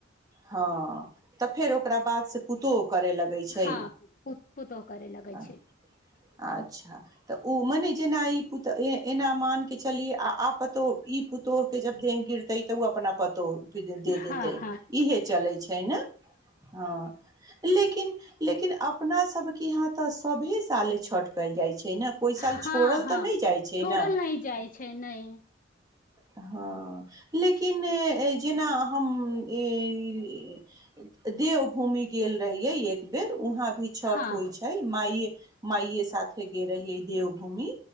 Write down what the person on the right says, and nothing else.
हँ तऽ फेर ओकरा बाद से पुतोहु करे लगै छै
अच्छा
तऽ ओ मने जेना ई पुतोहु एना मान के चलियै आ आ पुतोहु ई पुतोहु तो के जब देह गिरतै तऽ ओ अपना पतोह के दे
दे इहे
चलै छै। ने हँ लेकिन लेकिन अपना सबके यहाँ तऽ सभे साले छठ कयल जाइ छै। ने कोइ
साल छोड़ल
तऽ नहि जाइ छै।
न
हँ लेकिन इने जेना हम ई देव भूमि गेल रहिय एक बेर उहाँ भी छठ
होइ छै। माये माइये साथे गे रहिए है देवभूमि